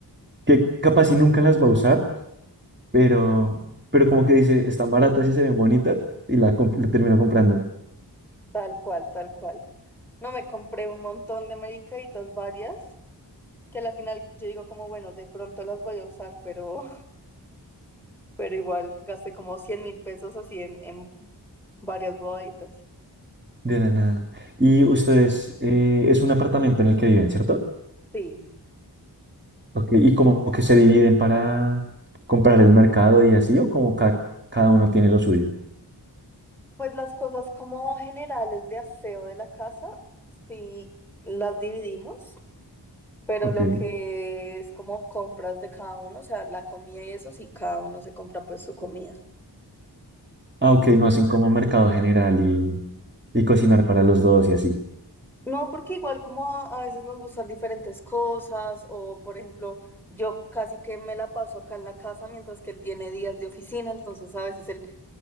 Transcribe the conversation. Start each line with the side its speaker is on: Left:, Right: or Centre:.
Right: que capaz y nunca las va a usar, pero, pero como que dice, están baratas y se ven bonitas, y la, comp- la termina comprando
Centre: tal cual, tal cual. No, me compré un montón de medicaditas varias, que a la final yo digo como, bueno, de pronto las voy a usar, pero... pero igual gasté como cien mil pesos así en, en varias bobaditas.
Right: de la nada. Y ustedes, eh, es un apartamento en el que viven, ¿cierto?
Centre: Sí.
Right: Ok, y como que se dividen para comprar el mercado y así, o como ca- cada uno tiene lo suyo.
Centre: Pues las cosas como generales de aseo de la casa, sí las dividimos, pero
Right: Ok.
Centre: lo que es como compras de cada uno, o sea, la comida y eso, sí cada uno se compra pues su comida.
Right: Ah, ok, no hacen como mercado general y, y cocinar para los dos y así.
Centre: No, porque igual como a a veces nos gustan diferentes cosas, o por ejemplo, yo casi que me la paso acá en la casa mientras que él tiene días de oficina, entonces a veces él